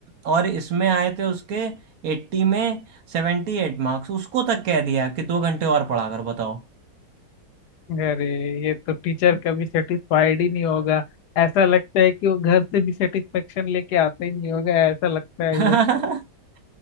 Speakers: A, on the right; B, on the left.
A: और इसमें आए थे उसके एट्टी में सेवेंटी एट मार्क्स उसको तक कह दिया कि दो घंटे और पढ़ा कर बताओ
B: अरे ये तो टीचर कभी सेटिस्फाइड ही नहीं होगा ऐसा लगता है कि वो घर से भी सेटिस्फेक्शन लेके आता ही नहीं होगा ऐसा लगता है
A: <laughs>
B: ये